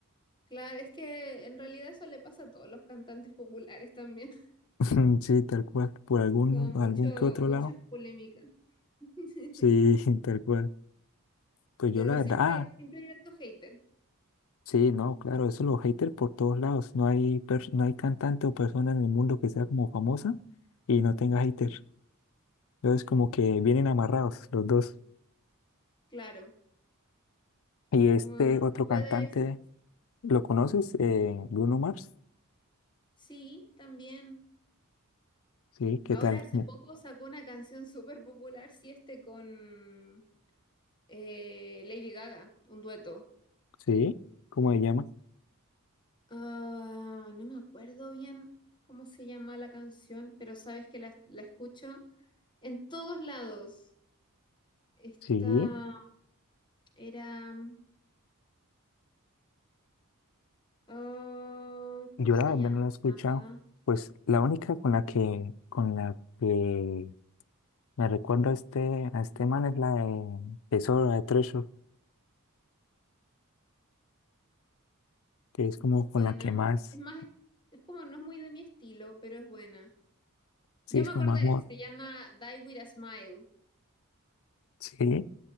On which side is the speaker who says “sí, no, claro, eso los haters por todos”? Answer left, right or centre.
Left